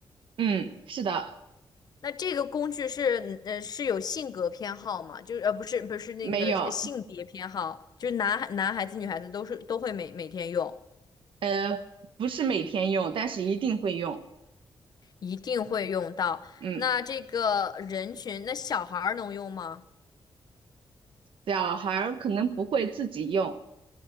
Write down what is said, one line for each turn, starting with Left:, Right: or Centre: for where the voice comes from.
Right: 嗯，是的，
Left: 那这个工具是，嗯呃，是有性格偏好吗？就是，呃，不是，不是那个呃性别偏好，
Right: 没有。
Left: 就是男孩男孩子、女孩子都是都会每每天用，
Right: 呃，不是每天用，但是一定会用。
Left: 一定会用到。
Right: 嗯。
Left: 那这个人群，那小孩儿能用吗？
Right: 小孩儿可能不会自己用，